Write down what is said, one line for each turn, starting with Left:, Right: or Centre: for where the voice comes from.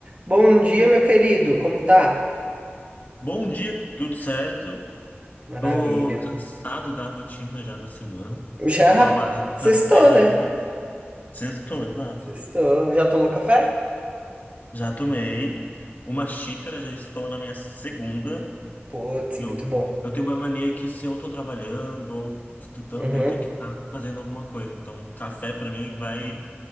Right: Bom dia, meu querido. Como tá?
Left: Bom dia, tudo certo?
Right: Maravilha.
Left: Tô cansado da rotina já da semana.
Right: Já
Left: Tô à base de
Right: sextou,
Left: café
Right: né?
Left: já, né? Sextou, exato.
Right: Sextou. Já tomou café?
Left: Já tomei uma xícara, já estou na minha segunda.
Right: Putz,
Left: E
Right: muito
Left: eu,
Right: bom.
Left: eu tenho uma mania que se eu tô trabalhando ou estudando,
Right: Uhum.
Left: eu tenho que estar fazendo alguma coisa. Então, café pra mim vai